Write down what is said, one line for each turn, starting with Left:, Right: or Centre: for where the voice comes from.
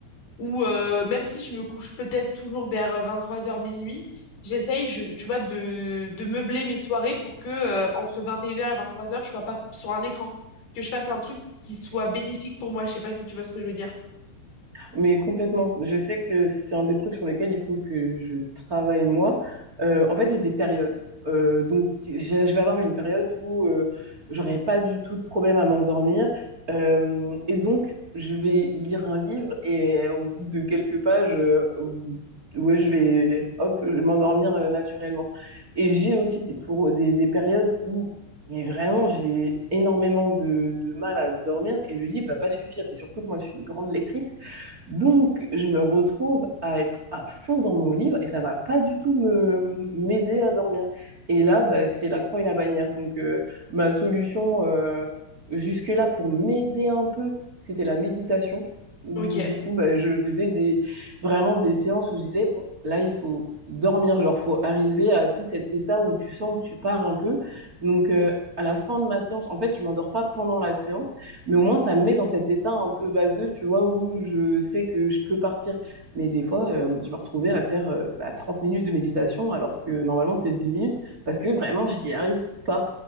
Left: ou euh, même si je me couche peut-être toujours vers 23h minuit, j'essaye, je, tu vois, de, de meubler mes soirées pour que euh, entre 21h et 23h, je sois pas sur un écran, que je fasse un truc qui soit bénéfique pour moi. Je sais pas si tu vois ce que je veux dire.
Right: Mais complètement. Je sais que c'est un des trucs sur lesquels il faut que je travaille moi. Euh, en fait, j'ai des périodes. Euh, donc, j'ai- je vais avoir une période où euh, j'aurai pas du tout de problème à m'endormir. Euh, et donc, je vais lire un livre et au bout de quelques pages, euh, ou- ouais, je vais hop m'endormir euh, naturellement. Et j'ai aussi des, pour, des, des périodes où mais vraiment, j'ai énormément de, de mal à dormir et le livre va pas suffire. Et surtout que moi, je suis une grande lectrice. Donc, je me retrouve à être à fond dans mon livre et ça va pas du tout me m'aider à dormir. Et là, bah, c'est la croix et la bannière. Donc, euh, ma solution euh, jusque-là pour m'aider un peu, c'était la méditation. Où
Left: Ok.
Right: du coup, bah, je faisais des vraiment des séances où je disais bon, là, il faut dormir, genre faut arriver à tu sais, cet état où tu sens que tu pars un peu. Donc, euh, à la fin de ma séance, en fait, je m'endors pas pendant la séance. Mais au moins, ça me met dans cet état un peu vaseux, tu vois, où je sais que je peux partir. Mais des fois, euh, je me retrouvais à faire euh, bah, 30 minutes de méditation, alors que normalement, c'est 10 minutes, parce que vraiment, j'y arrive pas.